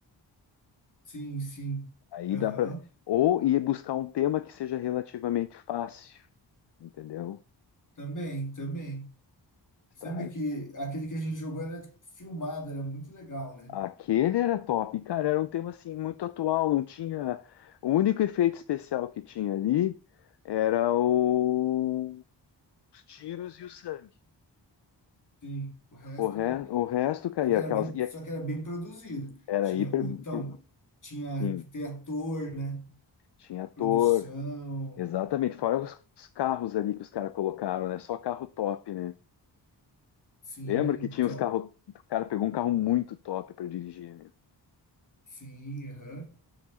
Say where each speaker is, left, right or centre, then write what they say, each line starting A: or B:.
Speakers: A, on the left; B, on the left.
A: sim, sim.
B: Aí
A: Aham.
B: dá para ou ir buscar um tema que seja relativamente fácil, entendeu?
A: Também, também. Você
B: Tá,
A: lembra que aquele que a gente jogou era filmado, era muito legal, né?
B: Aquele era top. E, cara, era um tema assim muito atual, não tinha. O único efeito especial que tinha ali era o- os tiros e o sangue.
A: Sim, o resto,
B: O, re...
A: né?
B: o resto, cara,
A: Só que era
B: aquelas.
A: bem,
B: E
A: só
B: aqu-
A: que era bem produzido.
B: Era
A: Tinha
B: hiper.
A: o, então, tinha
B: Sim,
A: que ter ator, né?
B: tinha ator.
A: Produção.
B: Exatamente. Fora os, os carros ali que os caras colocaram, né? Só carro top, né?
A: Sim,
B: Lembra que
A: então.
B: tinha os carros. O cara pegou um carro muito top para dirigir, né?
A: Sim, aham.